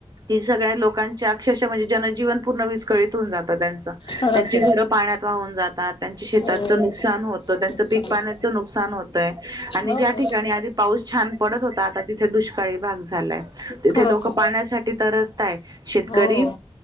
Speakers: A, on the right; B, on the left.
A: ती सगळ्या लोकांच्या अक्षरशा म्हणजे जनजीवन पूर्ण विस्कळीत होऊन जात. तर त्यांचा
B: खरंच
A: त्यांची
B: आहे.
A: घर पाण्यात वाहून जातात. त्यांच्या शेतांचं
B: हो
A: नुकसान होतं. त्यांच्या
B: नुकसान
A: पीकपाण्याचं
B: होतं.
A: नुकसान होतय आणि
B: हो
A: ज्या ठिकाणी आधी पाऊस छान पडत होता. आता तिथे दुष झालाय तिथे
B: खरंच
A: लोक
B: आहे.
A: पाण्यासाठी तरसताय शेतकरी
B: हो